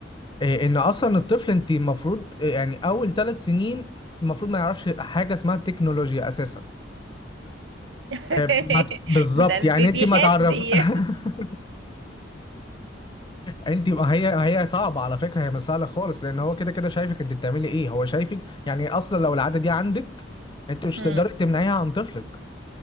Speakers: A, on the left; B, on the right.
A: إيه إن أصلا الطفل أنت المفروض إيه يعني أول ثلاث سنين المفروض ما يعرفش حاجة اسمها التكنولوجيا أساسا
B: <laughs>
A: إيه ما ت- بالظبط
B: ده البيبيهات
A: يعني أنت ما تعرف
B: بي
A: <laughs> انت ما هي ما هي صعبه على فكره هي مش سهله خالص لان هو كده كده شايفك انت بتعملي ايه هو شايفك يعني اصلا لو العاده دي عندك انت مش
B: <laughs> مم.
A: تقدري تمنعيها عن طفلك